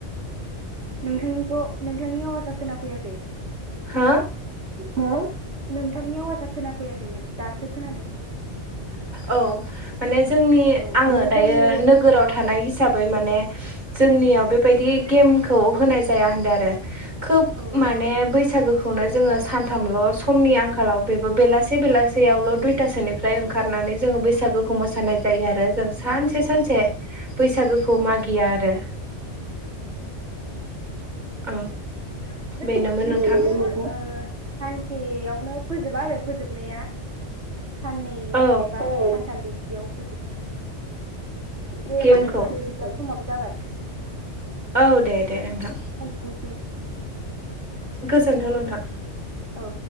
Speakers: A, on the right (about 65°); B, on the right (about 40°).
A: नोंथांनिखौ नोंथांनि आवासा खोनाफैयाखै?
B: हो?
A: हो नोंथांनि आवाजआ खोनाफैयाखै दासो खोनादों।
B: औ माने जोंनि
A: औ
B: आङो
A: माने
B: दायो।
A: जोंनि
B: नोगोराव थानाय हिसाबै माने जोंनियाव बेबायदि गेमखौ होनाय जाया होनदों आरो खोब
A: औ
B: माने बैसागु खौनो जोङो सानथामल' समनि आंखालाव बेबो बेलासे बेलासेयावल' दुइथासोनि फोरनिफ्राय ओंखारनानै जोङो बैसागोखौ मोसानाय जायो आरो। जों सानसे सानसे बैसागोखौ मागिया आरो। औ
A: जों
B: बेनोमोन
A: बिब्दिनो
B: नोंथां।
A: ओ सानसेयावनो फोजोबा आरो फोजोबनाया। साननै
B: औ
A: एबा सानथाम बिब्दियाव फोजोबो आरो। दे होमबा
B: गेमखौ
A: नोंथां बिब्ला समाबो जाबाय।
B: औ दे दे नोंथां।
A: निसिम
B: गोजोन्थों नोंथां।
A: औ।